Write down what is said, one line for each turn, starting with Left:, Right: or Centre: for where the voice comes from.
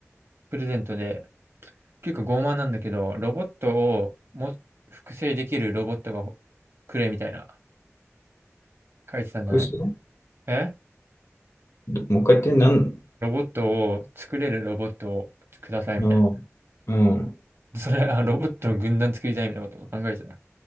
Right: プレゼントで、結構傲慢なんだけど、ロボットをも複製できるロボットがほくれみたいな、書いてたんだね。
Left: 複数
Right: え
Left: どもう一回やってなん、
Right: ロボットを作れるロボットをくださいみたい
Left: うん、うん。
Right: な。それ、あ、ロボットの軍団作りたいみたいなことを考えてた。